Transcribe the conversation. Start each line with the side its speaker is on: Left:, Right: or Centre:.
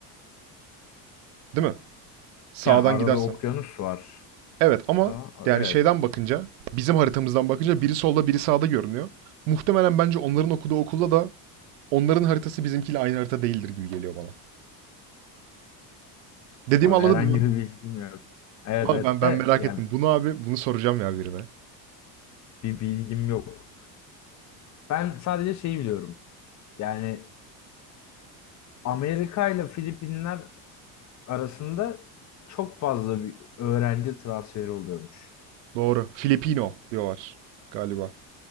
Right: Değil mi? Sağdan
Left: Yani arada
Right: gidersen.
Left: okyanus var.
Right: Evet ama
Left: Aa,
Right: yani
Left: evet.
Right: şeyden bakınca bizim haritamızdan bakınca biri solda biri sağda görünüyor. Muhtemelen bence onların okuduğu okulda da onların haritası bizimkiyle aynı harita değildir gibi geliyor bana. Dediğimi
Left: Ama
Right: anladın
Left: Herhangi
Right: değil mi?
Left: bir bilgim yok. Evet
Right: Abi
Left: evet
Right: ben ben
Left: de
Right: merak
Left: yani
Right: ettim. Bunu abi bunu soracağım ya birine.
Left: bir bilgim yok. Ben sadece şeyi biliyorum. Yani Amerika ile Filipinler arasında çok fazla bir öğrenci transferi oluyormuş.
Right: Doğru. Filipino diyorlar galiba.